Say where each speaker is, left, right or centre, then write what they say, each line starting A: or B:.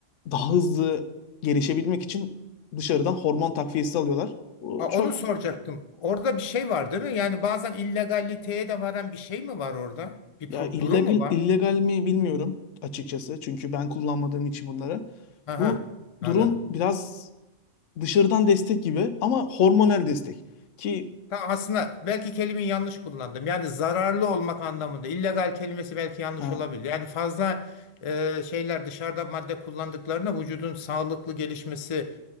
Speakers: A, on the left (about 80°); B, on the left (about 55°).
A: daha hızlı gelişebilmek için dışarıdan hormon takviyesi alıyorlar. Bu
B: Ha,
A: çok
B: onu soracaktım. Orada bir şey var değil mi? Yani bazen illegaliteye de varan bir şey mi var orada? Bir
A: ya
B: pro-
A: illegal
B: durum mu var?
A: illegal mi bilmiyorum açıkçası. Çünkü ben kullanmadığım için bunları.
B: Aha,
A: Bu
B: anladım.
A: durum biraz dışarıdan destek gibi ama hormonal destek. Ki
B: Ta aslında belki kelimeyi yanlış kullandım. Yani zararlı olmak anlamında. illegal kelimesi belki yanlış
A: ha,
B: olabilir. Yani fazla e, şeyler dışarıdan madde kullandıklarına vücudun sağlıklı gelişmesi